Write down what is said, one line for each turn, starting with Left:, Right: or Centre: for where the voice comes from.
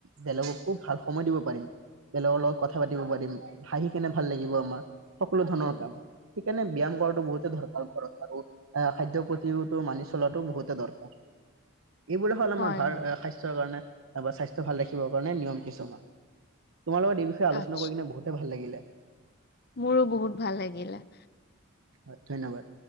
Right: বেলেগকো ভাল সময় দিব পাৰিম। বেলেগৰ লগত কথা পাতিব পাৰিম, হাঁহি কেনে ভাল লাগিব আমাৰ, সকলো ধৰণৰ কাম। সেইকাৰণে ব্যায়াম কৰাটো বহুতে দৰকাৰ ঘৰত আৰু। আহ খাদ্য প্ৰতিওটো মানি চলাটো বহুতে দৰকাৰ। এইবোৰে হ'ল
Left: হয়,
Right: আমাৰ ভাল
Left: হয়,
Right: আ সা স্বাস্থ্যৰ কাৰণে নাইবা স্বাস্থ্য ভাল ৰাখিবৰ কাৰণে নিয়ম কিছুমান। তোমাৰ লগত এই বিষয়ে আলোচনা
Left: আচ্ছা,
Right: কৰি কিনে বহুতে ভাল লাগিলে।
Left: মোৰো বহুত ভাল লাগিলে।
Right: হয়, ধন্যবাদ।